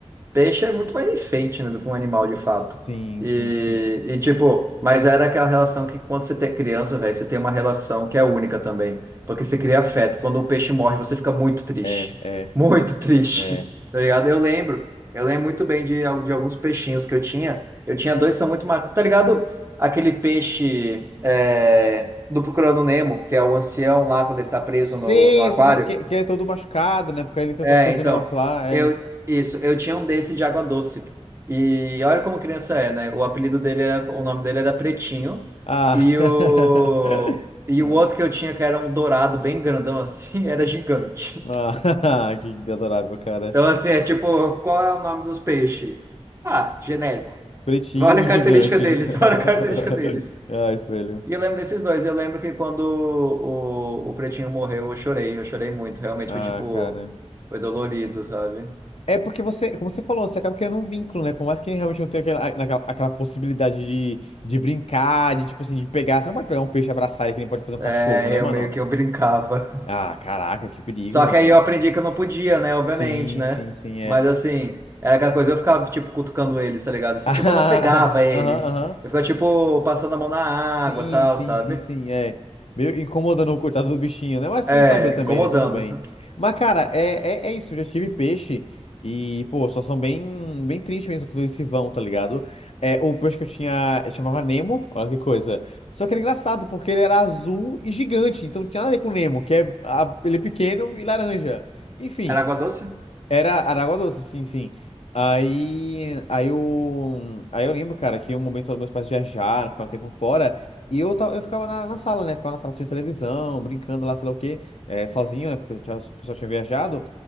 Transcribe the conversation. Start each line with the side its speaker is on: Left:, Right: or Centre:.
Right: Peixe é muito mais enfeite, né, do que um animal de
Left: Sim,
Right: fato. E,
Left: sim, sim.
Right: e, tipo, mas era aquela relação que quando você tem criança, velho, você tem uma relação que é única também. Porque você cria afeto. Quando um peixe morre, você fica muito triste.
Left: É, é,
Right: Muito triste.
Left: é.
Right: <laughs> Tá ligado? Eu lembro. Eu lembro muito bem de, al- de alguns peixinhos que eu tinha. Eu tinha dois que são muito marcados. Tá ligado? Aquele peixe é, do Procurando Nemo, que é o ancião lá quando ele tá preso
Left: Sei,
Right: no, no aquário.
Left: eu sei que, é, que, é, que é todo machucado, né? Porque ele tentou
Right: É,
Left: fugir
Right: então,
Left: do negócio lá, é.
Right: eu isso, eu tinha um desse de água doce. E olha como criança é, né? O apelido dele era, o nome dele era Pretinho,
Left: Ah.
Right: e
Left: <laughs>
Right: o e
Left: É.
Right: o outro que eu tinha que era um dourado bem grandão assim, <laughs> era gigante.
Left: Ah, <laughs> que adorável, cara.
Right: Então assim, é tipo, qual é o nome dos peixes? Ah, genérico.
Left: Pretinho
Right: Olha
Left: e
Right: a característica
Left: gigante.
Right: deles,
Left: <laughs>
Right: <laughs> olha a característica deles.
Left: Ai, velho.
Right: E eu lembro desses dois, eu lembro que quando o, o Pretinho morreu, eu chorei, eu chorei muito, realmente
Left: Ah,
Right: foi tipo,
Left: cara.
Right: foi dolorido, sabe?
Left: É porque você, como você falou, você acaba criando um vínculo, né? Por mais que realmente não tenha aquela, naquela- aquela possibilidade de, de brincar, de tipo assim, de pegar. Você não pode pegar um peixe e abraçar ele que nem pode fazer um cachorro,
Right: É,
Left: né,
Right: eu
Left: mano?
Right: meio que eu brincava. <laughs>
Left: Ah, caraca, que perigo,
Right: Só
Left: mano.
Right: que aí eu aprendi que eu não podia, né? Obviamente,
Left: Sim,
Right: né?
Left: sim, sim, é.
Right: Mas assim, era aquela coisa, eu ficava, tipo, cutucando eles, tá ligado?
Left: <laughs>
Right: Assim,
Left: ah
Right: tipo, eu não pegava eles.
Left: Aham, aham.
Right: Eu ficava, tipo, passando a mão na
Left: Sim,
Right: água, tal,
Left: sim,
Right: sabe?
Left: sim, sim, é. Meio incomodando o coitado do bichinho, né? Mas você
Right: É,
Left: não sabia também,
Right: incomodando.
Left: né? Tudo bem. Mas, cara, é, é, é isso. Eu já tive peixe e, pô, só são bem, bem triste mesmo quando eles se vão, tá ligado? É, o peixe que eu tinha eu chamava Nemo, olha que coisa. Só que era engraçado porque ele era azul e gigante, então não tinha nada a ver com o Nemo, que é, a- ele é pequeno e laranja. Enfim.
Right: Era água doce?
Left: Era Aragua Doce, sim, sim. Aí, aí, eu, aí eu lembro, cara, que um momento meus pais viajaram, ficaram um tempo fora, e eu, ta- eu ficava na, na sala, né? Ficava na sala assistindo televisão, brincando lá, sei lá o quê, eh, sozinho, né? Porque o pessoal tinha viajado.